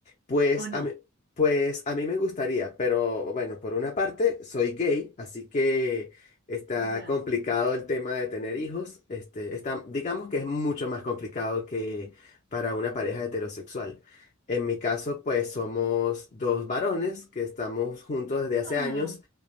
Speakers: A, on the left (about 35°); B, on the right (about 50°).
A: Pues
B: o no?
A: a mí, pues a mí me gustaría, pero bueno, por una parte soy gay, así que está
B: Ya.
A: complicado el tema de tener hijos. Este, está, digamos que es mucho más complicado que para una pareja heterosexual. En mi caso, pues somos dos varones que estamos juntos desde hace
B: Ah.
A: años,